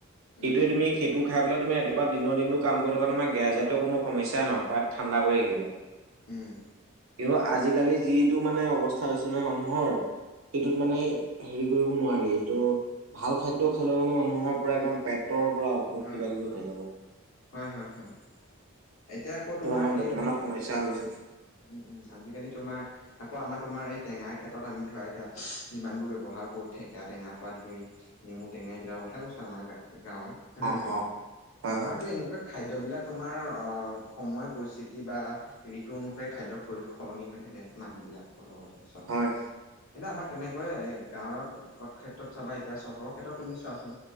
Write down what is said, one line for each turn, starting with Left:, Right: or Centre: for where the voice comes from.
Right: সেইটোৱে
Left: উম
Right: তুমি সেইটো খাই পেলাই তুমি ৰাতিপুৱা দিনৰ দিনো কাম কৰি থকা তোমাৰ গেছ জাতীয় কো সমস্যাই নহয় পাত ঠাণ্ডা পৰি থাকিব।
Left: উম,
Right: তেওঁ আজিকালি যিটো মানে অৱস্থা। হৈছে নহয় মানুহৰ সেইটোত মানে হেৰি কৰিব নোৱাৰি এইটো ভাল খাদ্য। হ'লেও মানে মানুহৰ পুৰা একদম পেটৰ পূৰা অসুখ
Left: হয়
Right: কিবা কিবি হৈ যাব।
Left: হয়, হয়, হয়, এতিয়া আকৌ
Right: ত
Left: তোমাৰ
Right: আমাৰ বৰ্তমানৰ
Left: এই উম,
Right: সমস্যা হৈ গৈছে
Left: উম, আজিকালি তোমাৰ আকৌ আমাৰ তোমাৰ এই টেঙাৰ ক্ষেত্ৰত আমি ধৰা এতিয়া যিমানবোৰ ব্যৱহাৰ কৰোঁ ঠেকা টেঙা পৰা ধৰি নেমু টেঙাই এই বিলাকৰ কথাাই কৈছো আমাৰ গাঁৱৰ হয় নে
Right: অ
Left: নহয় গ
Right: অ হয়
Left: আমাৰতো
Right: হয়
Left: এনেকুৱা খাদ্য। খাদ্যবিলাক তোমাৰ সময় পৰিস্থিতি বা ঋতু অনুসৰি খাদ্য পৰি সলনি হৈ থাকে। মানুহবলাকৰ লগতে চাওকঁ।
Right: হয়
Left: এতিয়া আমাৰ তেনেকৈয় এ গাঁৱৰ ক ক্ষেত্ৰত চাবা এতিয়া চহৰৰ ক্ষেত্ৰত। তুমি চোৱাচোন